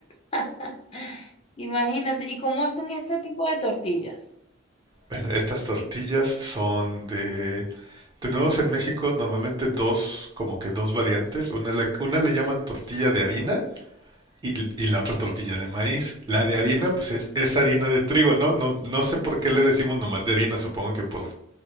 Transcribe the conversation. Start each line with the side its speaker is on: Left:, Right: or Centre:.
Left: <laughs> Imagínate, ¿y cómo hacen este tipo de tortillas?
Right: Bueno, estas tortillas son de Tenemos en México normalmente dos, como que dos variantes. Una le, una le llaman tortilla de harina y, y la otra tortilla de maíz. La de harina, pues es, es harina de trigo, ¿no? ¿no? No sé por qué le decimos nomás de harina, supongo que por